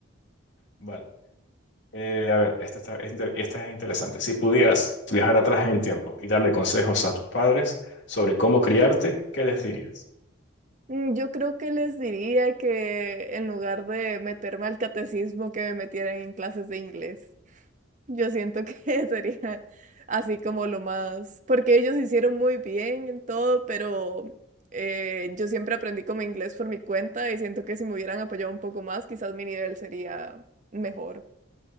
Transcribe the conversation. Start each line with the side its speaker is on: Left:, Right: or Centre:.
Left: Vale. Eh, a ver, esta, está- es inter- esta es interesante. Si pudieras viajar atrás en el tiempo y darle consejos a tus padres sobre cómo criarte, ¿qué les dirías?
Right: Mm, Yo creo que les diría que en lugar de meterme al catecismo, que me metieran en clases de inglés. Yo siento que <laughs> sería así como lo más, porque ellos hicieron muy bien en todo, pero eh, yo siempre aprendí como inglés por mi cuenta y siento que si me hubieran apoyado un poco más, quizás mi nivel sería mejor.